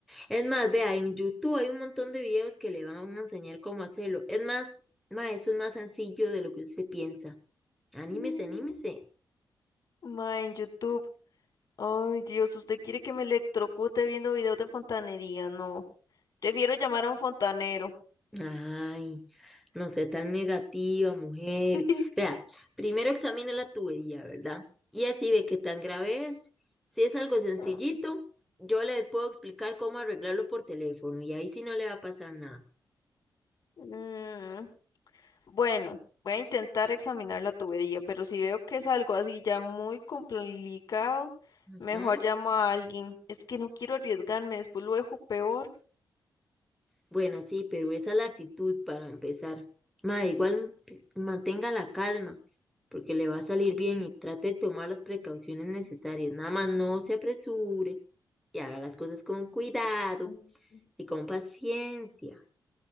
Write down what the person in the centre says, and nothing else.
Es más, vea, en YouTube hay un montón de videos que le van a enseñar cómo hacerlo. Es más, ma, eso es más sencillo de lo que usted piensa. Anímese,
anímese.
Ay, no sé, tan negativa, mujer.
Vea, primero examine la tubería, ¿verdad? Y así ve qué tan grave es. Si es algo sencillito,
yo le puedo explicar cómo arreglarlo por teléfono y ahí sí no le va a pasar nada.
Ujú.
Bueno, sí, pero esa es la actitud para empezar. Ma, igual te- mantenga la calma, porque le va a salir bien y trate de tomar las precauciones necesarias. Nada más no se apresure y haga las cosas con cuidado.
Y con paciencia.